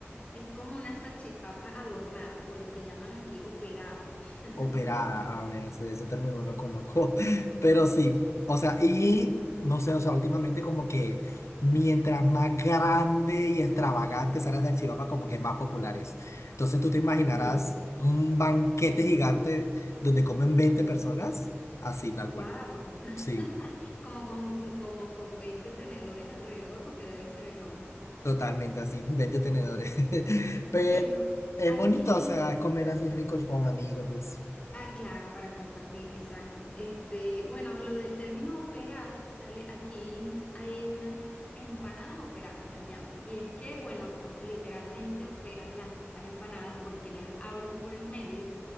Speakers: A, on the left; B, on the left.
A: Es como una salchipapa adornada o lo que llaman aquí operada. <laughs>
B: Operada, a ver, ese, ese término no conozco, <laughs> pero sí, o sea, y no sé, o sea, últimamente como que mientras más grande y extravagante sea la salchipapa, como que más populares. Entonces tú te imaginarás
A: Mira,
B: un banquete gigante donde comen 20 personas, así tal
A: wow.
B: cual,
A: <laughs>
B: sí,
A: Como con, como con 20 tenedores alrededor porque debe ser enorme.
B: totalmente así, veinte tenedores,
A: Ajá.
B: <laughs>
A: Bueno,
B: pero es
A: aquí
B: bonito, o sea, es comer así rico con amigos y eso.
A: Ah, claro, para compartir, exacto. Este, bueno, lo del término operado, sale aquí hay unas empanadas operadas, las llaman. Y es que, bueno, literalmente operan las, las empanadas porque las abren por el medio.